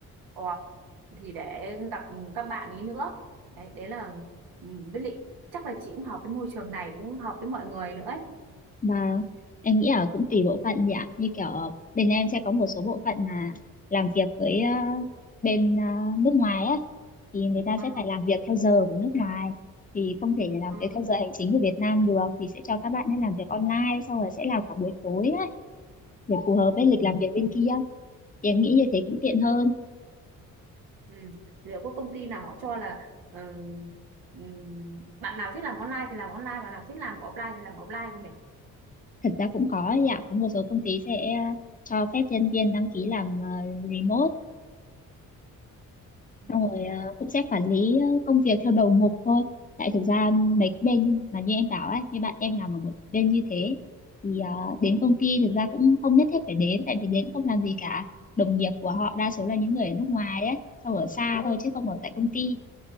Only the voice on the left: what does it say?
Và em nghĩ là cũng tùy bộ phận nhỉ Như kiểu ờ, bên em sẽ có một số bộ phận là làm việc với ờ, bên ờ, nước ngoài á thì người ta
sẽ phải làm việc theo giờ của nước ngoài thì không thể làm
việc theo giờ hành chính của Việt Nam được thì sẽ cho các bạn ấy làm việc online xong rồi sẽ làm cả buổi tối á để phù hợp với lịch làm việc bên kia thì em nghĩ như thế cũng tiện hơn
thật ra cũng có ấy ạ có một số công ty sẽ ờ, cho phép nhân viên đăng ký làm ờ, remote
xong rồi ờ, cũng sẽ quản lý ờ, công việc theo đầu mục thôi tại thực ra mấy cái bên mà như em bảo ấy như bạn em làm ở một bên như thế thì ờ, đến công ty thực ra cũng không nhất thiết phải đến tại vì đến không làm gì cả đồng nghiệp của họ đa số là những người ở nước ngoài ấy sau ở xa thôi chứ không ở tại công ty